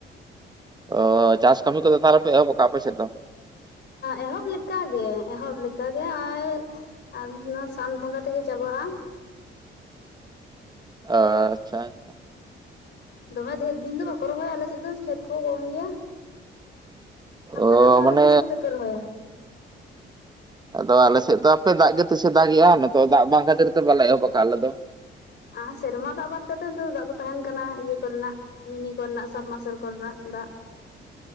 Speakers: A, on the right (about 20°); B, on the left (about 60°).
A: ᱚ ᱪᱟᱥ ᱠᱟ. ᱢᱤ ᱠᱚᱫᱚ ᱛᱟᱦᱚᱞᱮ ᱯᱮ ᱮᱦᱚᱵ ᱟᱠᱟᱫᱟ ᱟᱯᱮ ᱥᱮᱫ᱾
B: ᱮᱦᱚᱵ ᱞᱮᱠᱟᱜᱮ ᱮᱦᱚᱵ ᱞᱮᱠᱟᱜᱮ ᱟ, ᱟᱨ ᱱᱚᱣᱟ ᱥᱟᱱ ᱵᱚᱸᱜᱟ ᱛᱮᱜᱮ ᱪᱟᱵᱟᱜᱼᱟ᱾
A: ᱚ ᱟᱪᱪᱷᱟ,
B: ᱫᱚᱢᱮ ᱫᱷᱮᱨ ᱫᱤᱱ ᱫᱚ ᱵᱟᱠᱚ ᱨᱚᱦᱚᱭᱟ ᱟᱞᱮ ᱥᱮᱫ ᱫᱚ, ᱠᱷᱮᱛ ᱠᱚᱦᱚᱸ ᱠᱚᱢ ᱜᱮᱭᱟ᱾ ᱟᱯᱮ
A: ᱚ
B: ᱫᱚ ᱛᱟᱦᱚᱞᱮ
A: ᱢᱟᱱᱮ
B: ᱛᱤᱥ ᱠᱚᱛᱮ ᱯᱮ ᱨᱚᱦᱚᱭᱟ?
A: ᱟᱫᱚ ᱟᱞᱮ ᱥᱮᱫ ᱫᱚ ᱦᱟᱯᱮ ᱫᱟᱜ ᱜᱮ ᱛᱤᱥ ᱮ ᱫᱟᱜ ᱮᱜᱼᱟ, ᱱᱤᱛᱚᱜ ᱫᱟᱜ ᱵᱟᱝ ᱠᱷᱟᱹᱛᱤᱨ ᱛᱮ ᱵᱟᱞᱮ ᱮᱦᱚᱵ ᱟᱠᱟᱫᱟ ᱟᱞᱮ ᱫᱚ ᱾
B: ᱟᱨ ᱥᱮᱨᱢᱟ ᱫᱟᱜ ᱵᱟᱫ ᱠᱟᱛᱮ ᱫᱚ ᱫᱟᱜ ᱫᱚ ᱛᱟᱦᱮᱱ ᱠᱟᱱᱟ ᱤᱭᱟᱹ ᱠᱚᱨᱮᱱᱟᱜ ᱢᱤᱱᱤ ᱠᱚᱞ ᱨᱮᱱᱟᱜ ᱥᱟᱵ ᱢᱟᱨᱥᱟᱞ ᱠᱚᱞ ᱨᱮᱱᱟᱜ ᱫᱟᱜ ᱾